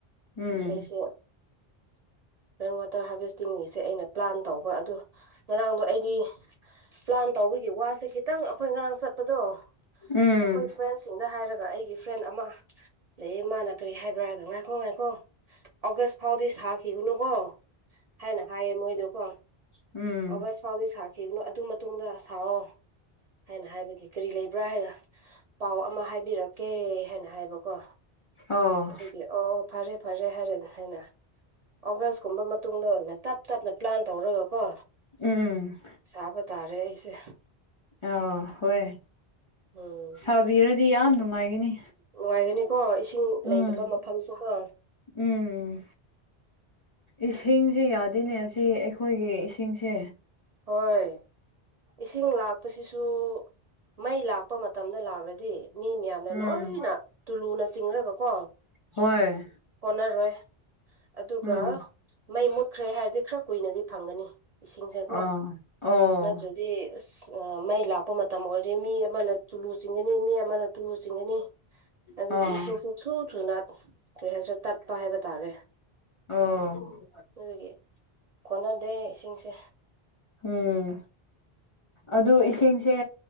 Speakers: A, on the left (about 40°); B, on the right (about 50°).
A: ꯎꯝ
B: ꯑꯩꯁꯨ ꯔꯦꯟ ꯋꯥꯇꯔ ꯍꯥꯔꯚꯦꯁꯇꯤꯡꯒꯤꯁꯦ ꯑꯩꯅ ꯄ꯭ꯂꯥꯟ ꯇꯧꯕ ꯑꯗꯣ ꯉꯔꯥꯡꯗꯣ ꯑꯩꯗꯤ ꯄ꯭ꯂꯥꯟ ꯇꯧꯕꯒꯤ ꯋꯥꯁꯦ ꯈꯤꯇꯪ ꯑꯩꯈꯣꯏ ꯉꯔꯥꯡ ꯆꯠꯄꯗꯣ
A: ꯎꯝ
B: ꯑꯩꯈꯣꯏ ꯐ꯭ꯔꯦꯟꯁ ꯁꯤꯡꯗ ꯍꯥꯏꯔꯒ ꯑꯩꯒꯤ ꯐ꯭ꯔꯦꯟ ꯑꯃ ꯂꯩꯌꯦ ꯃꯥꯅ ꯀꯔꯤ ꯍꯥꯏꯕ꯭ꯔꯥ ꯍꯥꯏꯔꯒ ꯉꯥꯏꯈꯣ ꯉꯥꯏꯈꯣ ꯑꯣꯒꯥꯁ ꯐꯥꯎꯗꯤ ꯁꯥꯈꯤꯒꯅꯨ ꯀꯣ ꯍꯥꯏꯅ ꯍꯥꯏꯌꯦ ꯃꯣꯏꯗꯣꯀꯣ
A: ꯎꯝ
B: ꯑꯣꯒꯥꯁ ꯐꯥꯎꯗꯤ ꯁꯥꯈꯤꯒꯅꯣ ꯑꯗꯨ ꯃꯇꯨꯡꯗ ꯁꯥꯎꯑꯣ ꯍꯥꯏꯅ ꯍꯥꯏꯕꯒꯤ ꯀꯔꯤ ꯂꯩꯕ꯭ꯔꯥ ꯍꯥꯏꯔ ꯄꯥꯎ ꯑꯃ ꯍꯥꯏꯕꯤꯔꯛ ꯀꯦ ꯍꯥꯏꯅ ꯍꯥꯏꯕꯀꯣ
A: ꯑꯣ
B: ꯑꯗꯨꯗꯤ ꯑꯣ ꯑꯣ ꯐꯔꯦ ꯐꯔꯦ ꯍꯥꯏꯔꯦ ꯍꯥꯏꯅ ꯑꯣꯒꯥꯁꯀꯨꯝꯕ ꯃꯇꯨꯡꯗ ꯑꯣꯢꯅ ꯇꯞ ꯇꯞꯅ ꯄ꯭ꯂꯥꯟ ꯇꯧꯔꯒ ꯀꯣ
A: ꯎꯝ
B: ꯆꯥꯕ ꯇꯥꯔꯦ ꯑꯩꯁꯦ
A: ꯑꯥ ꯍꯣꯏ
B: ꯎꯝ
A: ꯁꯥꯕꯤꯔꯗꯤ ꯌꯥꯝ ꯅꯨꯡꯉꯥꯏꯒꯅꯤ
B: ꯅꯨꯡꯉꯥꯏꯒꯅꯤꯀꯣ ꯏꯁꯤꯡ
A: ꯎꯝ
B: ꯂꯩꯇꯕ ꯃꯐꯝꯁꯤꯒꯣ
A: ꯎꯝ ꯏꯁꯤꯡꯁꯦ ꯌꯥꯗꯦꯅꯦ ꯁꯤ ꯑꯩꯈꯣꯏꯒꯤ ꯏꯁꯤꯡꯁꯦ
B: ꯍꯣꯏ ꯏꯁꯤꯡ ꯂꯥꯛꯄꯁꯤꯁꯨ ꯃꯩ ꯂꯥꯛꯄ ꯃꯇꯝꯗ ꯂꯥꯛꯂꯗꯤ ꯃꯤ ꯃꯌꯥꯝꯅ
A: ꯎꯝ
B: ꯂꯣꯏꯅ ꯇꯨꯂꯨꯅ ꯆꯤꯡꯔꯒꯀꯣ
A: ꯍꯣꯏ
B: ꯀꯣꯟꯅꯔꯣꯏ ꯑꯗꯨꯒ
A: ꯎꯝ
B: ꯃꯩ ꯃꯨꯠꯈ꯭ꯔꯦ ꯍꯥꯏꯔꯗꯤ ꯈꯔ ꯀꯨꯏꯅꯗꯤ ꯐꯪꯒꯅꯤ ꯏꯁꯤꯡꯁꯦꯀꯣ
A: ꯑꯥ ꯑꯣ
B: ꯅꯠꯇ꯭ꯔꯗꯤ ꯑꯥ ꯃꯩ ꯂꯥꯛ ꯇꯠꯄ ꯃꯇꯝ ꯑꯣꯏꯔꯗꯤ ꯃꯤ ꯑꯃꯅ ꯇꯣꯂꯨ ꯆꯤꯡꯒꯅꯤ ꯃꯤ ꯑꯃꯅ ꯇꯨꯂꯨ ꯆꯤꯡꯒꯅꯤ ꯑꯗꯨꯒꯤ
A: ꯑꯣ
B: ꯏꯁꯤꯡꯁꯨ ꯢꯊꯨ ꯊꯨꯅ ꯀꯔꯤ ꯍꯥꯏꯁꯔ ꯇꯠꯄ ꯍꯥꯏꯕ ꯇꯥꯔꯦ
A: ꯑꯣ
B: ꯑꯗꯨꯒꯤ ꯀꯣꯟꯅꯗꯦ ꯏꯁꯤꯡꯁꯦ
A: ꯎꯝ ꯑꯗꯨ ꯏꯁꯤꯡꯁꯦ